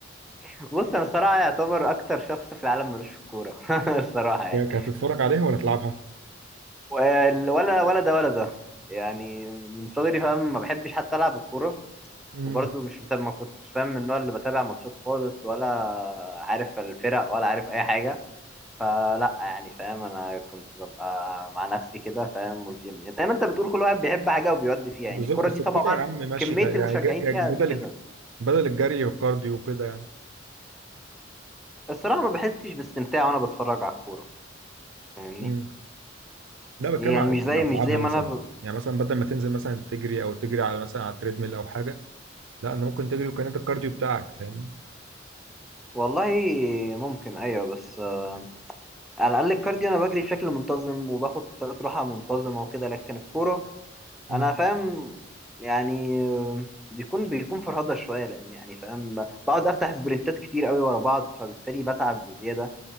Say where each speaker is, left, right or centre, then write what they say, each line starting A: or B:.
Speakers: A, in the centre; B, on the right (about 85°).
A: <laughs> بص أنا الصراحة يعتبر أكتر شخص في العالم ملوش في الكورة <laughs> الصراحة يعني
B: يعني كانت هتتفرج عليها ولا تلعبها
A: وال- ولا ولا ده ولا ده يعني من صغري فاهم ما بحبش حتى ألعب الكورة
B: امم
A: وبرضو مش بتابع ما كنتش فاهم من النوع اللي بتابع ماتشات خالص ولا عارف الفرق ولا عارف أي حاجة فلا يعني فاهم انا كنت ببقى مع نفسي كده فاهم والجيم يعني زي ما انت بتقول كل واحد بيحب حاجه وبيودي فيها
B: بالظبط
A: يعني الكوره
B: بس
A: دي
B: الكوره
A: طبعا
B: يا عم ماشي
A: كميه
B: تا- يعني
A: المشجعين
B: ج- ك-
A: فيها
B: بدل
A: قد كده
B: الج- بدل الجري والكارديو وكده يعني
A: الصراحه ما بحسش باستمتاع وانا بتفرج على الكوره فاهمني
B: امم لا
A: يعني
B: بتكلم على
A: مش زي
B: اللي هتلعبها
A: مش زي ما
B: مثلا
A: انا ب...
B: يعني مثلا بدل ما تنزل مثلا تجري او تجري على مثلا على التريدميل او حاجه لا انت ممكن تجري وكان انت الكارديو بتاعك فاهم
A: والله ممكن ايوه بس آه، على الاقل الكارديو انا بجري بشكل منتظم وباخد فترات راحه منتظمه وكده لكن الكوره
B: امم
A: انا فاهم يعني بيكون بيكون فرهضه شويه لان يعني فاهم بقعد افتح سبرنتات كتير قوي ورا بعض فبالتالي بتعب بزياده